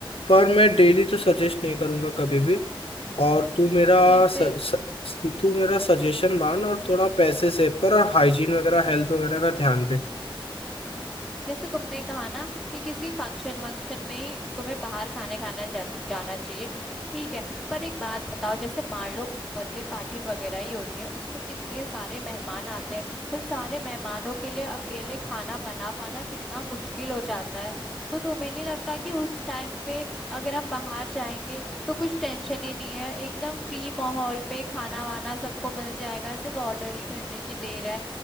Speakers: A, on the left (about 90°); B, in the centre.
A: पर मैं डेली तो सजेस्ट नहीं करूँगा कभी भी और तू मेरा
B: जैसे
A: स,
B: हम्म
A: स, तू मेरा सजेशन मान और थोड़ा पैसे सेव कर और हाइजीन वगैरह हेल्थ वगैरह का ध्यान दे
B: जैसे तुमने कहा ना कि किसी फंक्शन वंक्शन में ही तुम्हें बाहर खाने खाने जान, जाना चाहिए ठीक है पर एक बात बताओ जैसे मान लो बर्थडे पार्टी वगैरह ही होती है उसमें कितने सारे मेहमान आते हैं उन सारे मेहमानों के लिए अकेले खाना बना पाना कितना मुश्किल हो जाता है तो तुम्हें नहीं लगता कि उस टाइम पे अगर हम बाहर जाएंगे तो कुछ टेंशन ही नहीं है एकदम फ्री माहौल पे खाना वाना सबको मिल जाएगा सिर्फ ऑर्डर ही करने की देर है